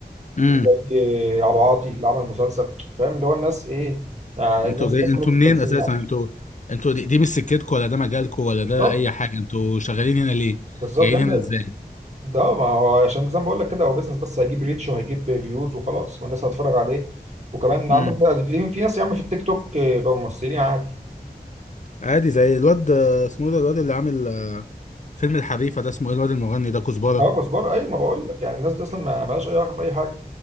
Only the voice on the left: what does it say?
امم
انتوا
جاي
انتوا
منين
اساسا
انتوا انتوا دي, دي مش سكتكم ولا ده مجالكم ولا
ده اي حاجه انتوا شغالين هنا ليه
جايين
هنا ازاي
امم
عادي زي الواد اسمه ايه ده الواد اللي عامل فيلم الحريفه ده اسمه ايه الواد المغني ده كزبره